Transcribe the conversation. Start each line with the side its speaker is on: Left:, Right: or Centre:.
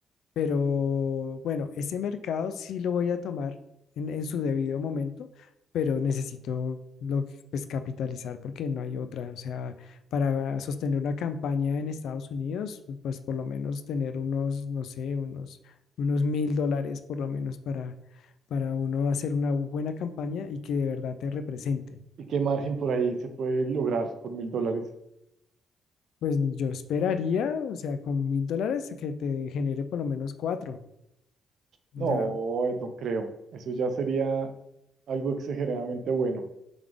Left: Pero bueno, ese mercado sí lo voy a tomar en, en su debido momento, pero necesito lo, que- pues, capitalizar porque no hay otra. O sea, para sostener una campaña en Estados Unidos, pues por lo menos tener unos, no sé, unos, unos mil dólares por lo menos para, para uno hacer una buena campaña y que de verdad te represente.
Right: ¿Y qué margen por ahí se puede lograr con mil dólares?
Left: Pues yo esperaría, o sea, con mil dólares que te genere por lo menos cuatro.
Right: No,
Left: O sea,
Right: eh, no creo. Eso ya sería algo exageradamente bueno.